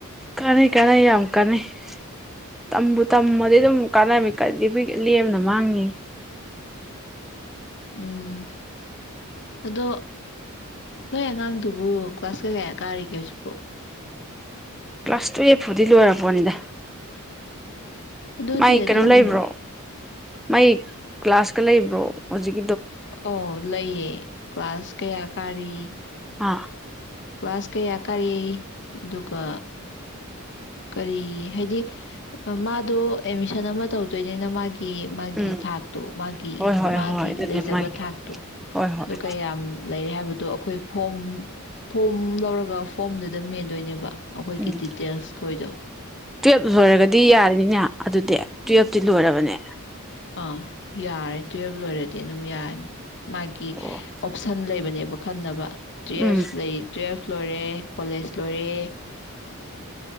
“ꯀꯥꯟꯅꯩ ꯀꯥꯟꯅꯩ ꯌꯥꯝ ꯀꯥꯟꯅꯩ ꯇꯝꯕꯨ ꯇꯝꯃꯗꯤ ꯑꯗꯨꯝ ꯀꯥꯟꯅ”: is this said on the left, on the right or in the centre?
Centre